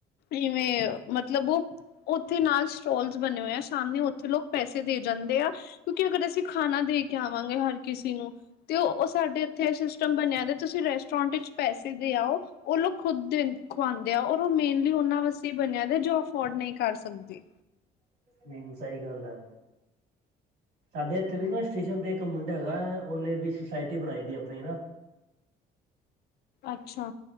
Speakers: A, on the left (about 70°); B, on the right (about 75°).
A: ਇਵੇਂ ਮਤਲਬ ਉਹ ਉੱਥੇ ਨਾਲ ਸਟੋਲਸ ਬਣੇ ਹੋਏ ਆ ਸਾਹਮਣੇ ਉੱਥੇ ਲੋਕ ਪੈਸੇ ਦੇ ਜਾਂਦੇ ਆ। ਕਿਉਂਕਿ ਅਗਰ ਅਸੀਂ ਖਾਣਾ ਦੇ ਕੇ ਆਵਾਂਗੇ, ਹਰ ਕਿਸੇ ਨੂੰ ਤੇ ਉਹ ਸਾਡੇ ਇੱਥੇ ਇਹ ਸਿਸਟਮ ਬਣਿਆ, ਤੁਸੀਂ ਰੈਸਟੋਰੈਂਟ ਵਿੱਚ ਪੈਸੇ ਦੇ ਆਓ। ਉਹ ਲੋਕ ਖੁਦ ਦੇ ਖੁਵਾਉਂਦੇ ਆ, ਔਰ ਉਹ ਮੇਨਲੀ ਉਹਨਾਂ ਵਾਸਤੇ ਹੀ ਬਣਿਆ, ਜੋ ਅਫੋਰਡ ਨਹੀਂ ਕਰ ਸਕਦੇ।
B: ਹੂੰ, ਸਹੀ ਗੱਲ ਹੈ। ਸਾਡੇ ਇੱਥੇ ਵੀ ਨਾ ਸਟੇਸ਼ਨ ਤੇ ਇੱਕ ਮੁੰਡਾ ਹੈਗਾ, ਉਹਨੇ ਵੀ ਸੋਸਾਇਟੀ ਬਣਾਈ ਦੀ ਆਪਣੀ ਨਾ।
A: ਅੱਛਾ।